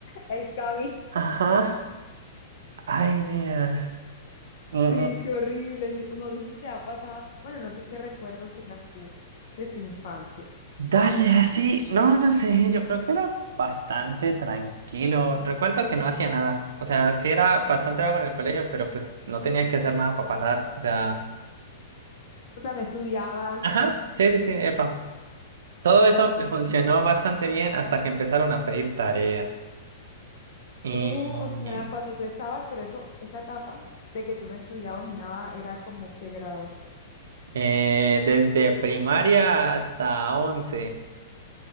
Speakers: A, on the left; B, on the right.
A: el camino.
B: ajá. Ay, nea. Mm, mm.
A: Sí, qué horrible, ¿cierto? No sé si te ha pasado, bueno, no sé qué recuerdos tengas tú de tu infancia.
B: Dale, así. No, no sé. Yo creo que era bastante tranquilo. Recuerdo que no hacía nada. O sea, sí era bastante vago en el colegio, pero pues no tenía que hacer nada para pasar. O sea,
A: O sea, no estudiabas,
B: ajá. Sí, sí, sí, epa. Todo
A: ah,
B: eso
A: ok,
B: me funcionó
A: o sea,
B: bastante bien hasta que empezaron a pedir tareas. Y.
A: oh, o sea, cuando tú estabas, pero eso, esa etapa de que tú no estudiabas ni nada, era como qué grado.
B: Eh, desde primaria hasta once.